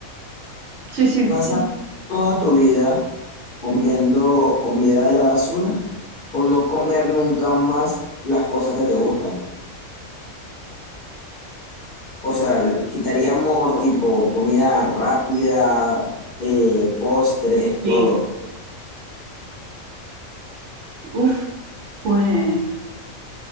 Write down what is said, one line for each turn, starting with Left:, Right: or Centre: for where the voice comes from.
Right: Sí, sí,
Left: ¿Pasar
Right: sí.
Left: toda tu vida comiendo comida de la basura o no comer nunca más las cosas que te gustan? O sea, quitaríamos tipo comida rápida, eh, postres,
Right: sí.
Left: todo.
Right: Uf, pues...